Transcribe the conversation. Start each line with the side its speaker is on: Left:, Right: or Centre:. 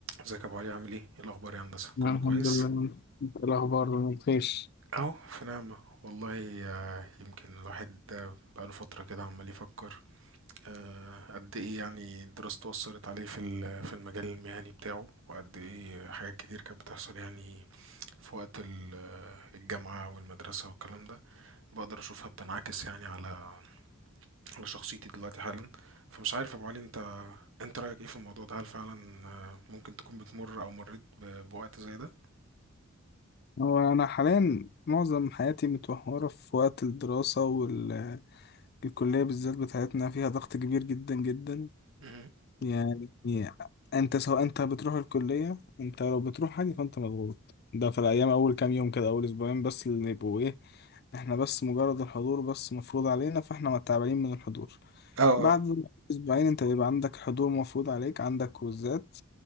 Right: ازيك يا ابو علي عامل ايه ايه الاخبار يا هندسه
Left: أنا
Right: كله
Left: الحمد
Right: كويس
Left: لله انت إيه الاخبار بخير
Right: اهو في نعمه والله آه، يمكن الواحد آه، بقاله فتره كده عمال يفكر آه، قد ايه يعني دراسته اثرت عليه في ال- في المجال المهني بتاعه وقد ايه حاجات كتير كانت بتحصل يعني في وقت ال- آه، الجامعه والمدرسه والكلام ده بقدر اشوفها بتنعكس يعني على على شخصيتي دلوقتي حالا فمش عارف يا ابو علي انت انت رايك ايه في الموضوع ده هل فعلا آه، ممكن تكون بتمر او مريت ب- بوقت زي ده
Left: هو انا حاليا معظم حياتي متوهره في وقت الدراسه والكليه بالذات بتاعتنا فيها ضغط كبير جدا جدا
Right: مهم.
Left: يعني انت سواء انت بتروح الكليه انت لو بتروح حاجه فانت مضغوط ده في الايام اول كام يوم كده اول اسبوعين بس اللي يبقوا ايه احنا بس مجرد الحضور بس مفروض علينا فاحنا تعبانين من الحضور
Right: اه
Left: بعد اسبوعين انت بيبقى عندك حضور مفروض عليك عندك كوزات